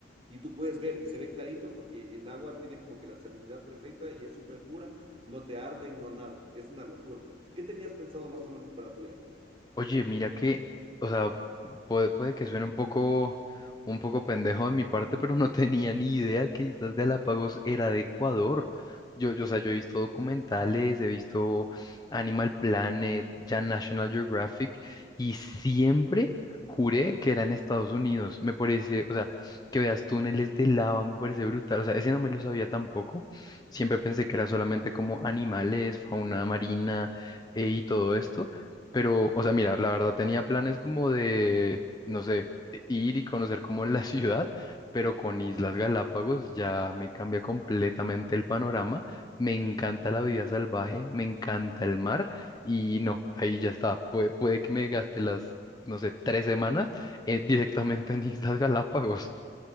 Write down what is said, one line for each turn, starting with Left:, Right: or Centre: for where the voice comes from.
Right: Y tú puedes ver y se ve clarito porque el agua tiene como que la salinidad perfecta y es súper pura, no te arden, no nada, es una locura. ¿Qué tenías pensado más o menos para tu viaje? Mm,
Left: Oye, mira que, o sea, puede, puede que suene un poco, un poco pendejo de mi parte, pero no <laughs> tenía ni idea que Islas Galápagos era de Ecuador. Yo, yo, o sea, yo he visto documentales, he visto Animal Planet, ya National Geographic, y siempre juré que era en Estados Unidos. Me parece, o sea, que veas túneles de lava, me parece brutal. O sea, ese no me lo sabía tampoco. Siempre pensé que era solamente como animales, fauna marina, eh, y todo esto. Pero, o sea, mira, la verdad tenía planes como de, no sé, e, ir y conocer como <laughs> la ciudad, pero con Islas Galápagos ya me cambia completamente el panorama. Me encanta la vida salvaje, me encanta el mar y no, ahí ya está. Puede, puede que me gaste las, no sé, tres semanas eh, directamente en Islas Galápagos.